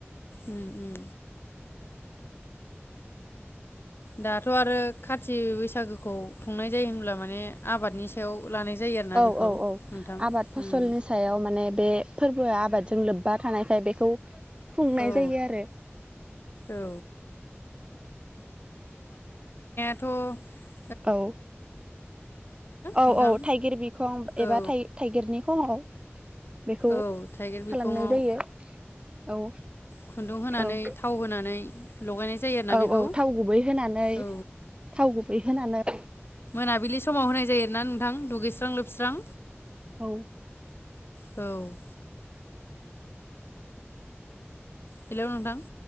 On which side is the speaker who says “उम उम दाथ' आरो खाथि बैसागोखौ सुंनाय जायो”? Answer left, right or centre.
Left